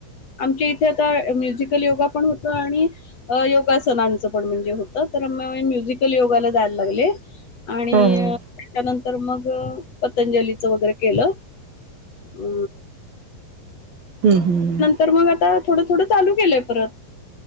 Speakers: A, on the left; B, on the right.
A: आमच्या इथे आता म्युझिकल योगा पण होत आणि अ- योगासनांचं पण म्हणजे होत तर मी म्युझिकल योगाला जायला लागले. आणि
B: हा हा
A: त्याच्यानंतर मग पतंजलीच वगैरे केलं. अ
B: हम् हम्.
A: तर मग आता थोडं थोडं चालू केलंय परत.